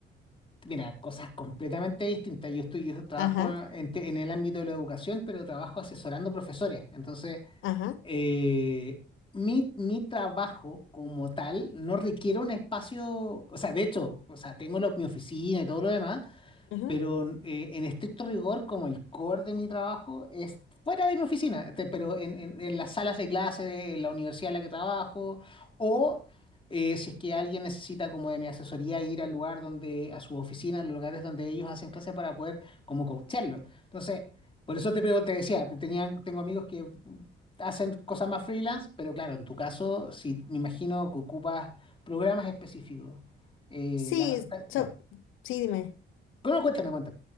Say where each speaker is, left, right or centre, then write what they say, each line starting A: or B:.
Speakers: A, on the left (about 25°); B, on the left (about 80°).
A: mira, cosas completamente distintas, yo estoy, yo trabajo
B: Ajá,
A: en, te- en el ámbito de la educación, pero trabajo asesorando profesores, entonces...
B: ajá,
A: eh, mi, mi trabajo como tal no requiere un espacio, o sea, de hecho, o sea, tengo lo- mi oficina y todo lo demás,
B: ajá.
A: pero eh, en estricto rigor, como el core de mi trabajo es fuera de mi oficina, este, pero en, en- en las salas de clase de la universidad en la que trabajo, o eh, si es que alguien necesita como de mi asesoría ir al lugar donde, a sus oficinas, a los lugares donde ellos hacen clase para poder como coacharlo. Entonces, por eso te pregunto, te decía, tenían, tengo amigos que hacen cosas más freelance, pero claro, en tu caso, si me imagino que ocupas programas específicos, eh,
B: Sí,
A: la pantalla,
B: so-
A: ya.
B: sí, dime.
A: Bueno, cuéntame,